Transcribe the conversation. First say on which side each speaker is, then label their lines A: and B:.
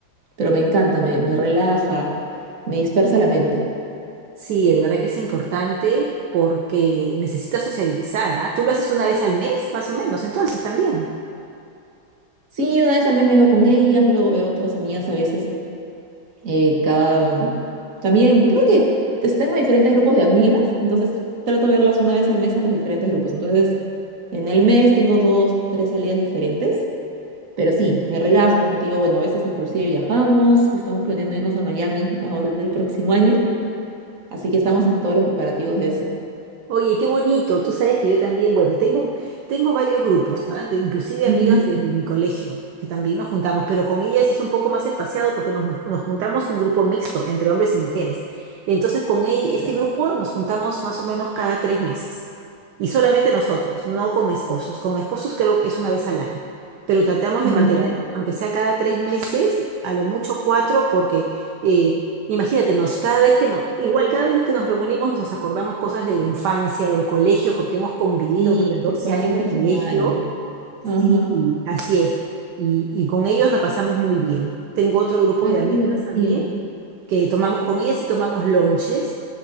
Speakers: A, on the right; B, on the right.
A: pero me encanta, me, me relaja, me dispersa la mente.
B: Sí, de verdad que es importante porque necesitas sociabilizar, ¿ah? Tú lo haces una vez al mes, más o menos, entonces también.
A: Sí, una vez al mes me veo con ellas, luego veo otras amigas a veces, eh, cada... También creo que pues, tengo diferentes grupos de amigas, entonces trato de verlas una vez al mes a los diferentes grupos. Entonces, en el mes tengo dos, tres salidas diferentes, pero sí, me relaja, como te digo, bueno, a veces inclusive viajamos, estamos planeando irnos a Miami ahora el próximo año, así que estamos en todos los preparativos de eso.
B: Oye, qué bonito. Tú sabes que yo también, bueno, tengo, tengo varios grupos, ¿tá? De- inclusive
A: Ujú.
B: amigas de mi, mi colegio, que también nos juntamos, pero con ellas es un poco más espaciado porque nos, nos juntamos un grupo mixto entre hombres y mujeres. Entonces, con e- este
A: Pero-
B: grupo nos juntamos más o menos cada tres meses. Y solamente nosotros, no con esposos. Con esposos creo que es una vez al año. Pero tratamos
A: ujú,
B: de mantener,
A: Ya.
B: aunque sea cada tres meses, a lo mucho cuatro, porque... eh, Imagínate, nos, cada vez que nos, igual cada vez que nos reunimos nos acordamos cosas de la infancia, del colegio, porque hemos convivido,
A: Sí,
B: mira, 12
A: que son
B: años
A: bien
B: de
A: personales.
B: colegio, sí,
A: Ajá.
B: y así es. Y, y con ellos la pasamos muy bien. Tengo otro grupo
A: Ay,
B: de amigas
A: qué divertido.
B: también, que tomamos con ellas y tomamos lonches,